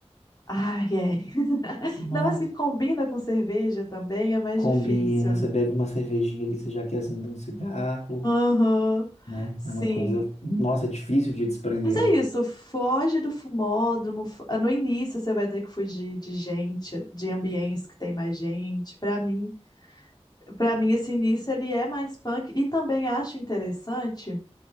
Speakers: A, on the left; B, on the left.
A: ai, é. <laughs>
B: Nossa,
A: Não, mas que combina com cerveja também é mais
B: combina,
A: difícil.
B: você bebe uma cervejinha ali, você já quer acender um cigarro,
A: Aham,
B: né?
A: Sim.
B: É uma coisa, nossa, difícil de desprender.
A: Mas é isso, foge do fumódromo. fu- ah, No início você vai ter que fugir de gente, de ambientes que tem mais gente. Para mim, para mim esse início ele é mais punk e também acho interessante